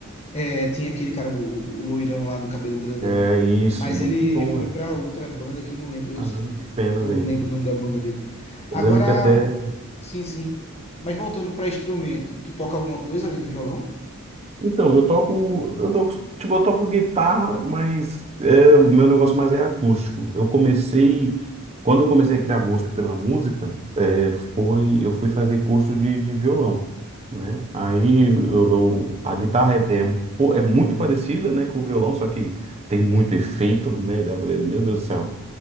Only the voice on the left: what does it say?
É, tinha aquele cara, o, o loirão lá do cabelo grandão.
Mas
ele, ele
foi
pra outra banda que eu não lembro,
eu
não lembro o nome da banda dele. Agora,
sim, sim. Mas voltando pra instrumento, tu toca alguma coisa além de violão?